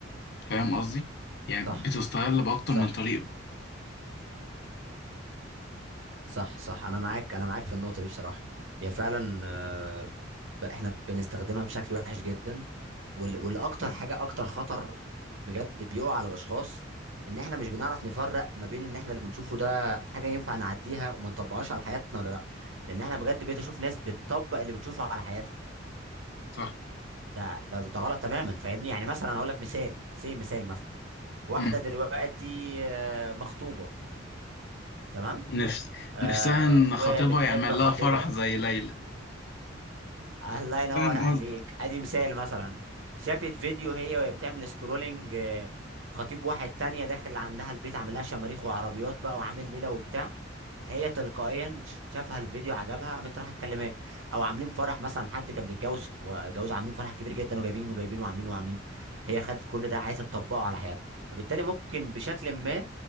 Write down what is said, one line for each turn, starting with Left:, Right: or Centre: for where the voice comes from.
Left: فاهم قصدي؟ يعني
Right: صح
Left: بتستغل بأكتر
Right: صح
Left: من طريقة
Right: صح صح انا معاك انا معاك في النقطه دي بصراحه هي فعلا آه، ب- احنا بنستخدمها بشكل وحش جدا وال- والاكتر حاجه اكتر خطر بجد بيقع على الاشخاص ان احنا مش بنعرف نفرق ما بين ان احنا اللي بنشوفه ده حاجه ينفع نعديها وما نطبقهاش على حياتنا ولا لا لان احنا بجد بقيت اشوف ناس بتطبق اللي بتشوفه على حياتها
Left: صح؟
Right: ده ده ده غلط تماما فاهمني يعني مثلا اقول لك مثال سي مثال مثلا واحده
Left: مم.
Right: دلوقتي آه، مخطوبه تمام
Left: نفس
Right: آه
Left: نفسها إن
Right: وبتحب
Left: خطيبها يعمل
Right: خطيبها
Left: لها فرح زي ليلى
Right: الله ينور
Left: فاهم
Right: عليك
Left: قصدك
Right: ادي مثال مثلا شافت فيديو هي وهي بتعمل سكرولنج آه، خطيب واحد تانية داخل عندها البيت عامل لها شماريخ وعربيات بقى وعامل ليلة وبتاع هي تلقائيا شافها الفيديو عجبها قامت رايحه تكلماه او عاملين فرح مثلا حد كان بيتجوز جوز عاملين فرح كبير جدا وجايبين وجايبين وعاملين وعاملين هي خدت كل ده عايزه تطبقه على حياتها فبالتالي ممكن بشكل ما